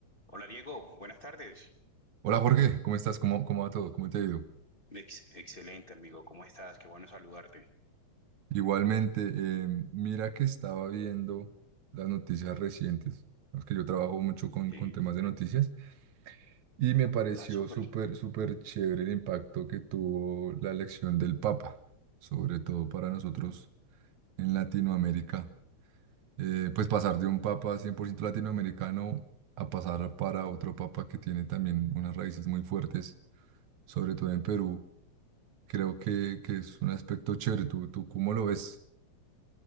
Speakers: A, on the left; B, on the right.
A: Hola Diego, buenas tardes.
B: Hola Jorge, ¿cómo estás? ¿Cómo, cómo va todo? ¿Cómo te ha ido?
A: Ex- excelente amigo, ¿cómo estás? Qué bueno saludarte.
B: Igualmente, eh, mira que estaba viendo las noticias recientes, es que yo trabajo mucho con,
A: Sí,
B: con temas de noticias, y me pareció
A: ah, súper.
B: súper, súper chévere el impacto que tuvo la elección del Papa, sobre todo para nosotros en Latinoamérica. Eh, pues pasar de un Papa 100% latinoamericano a pasar para otro Papa que tiene también unas raíces muy fuertes, sobre todo en Perú Creo que, que es un aspecto chévere. ¿Tú, tú cómo lo ves?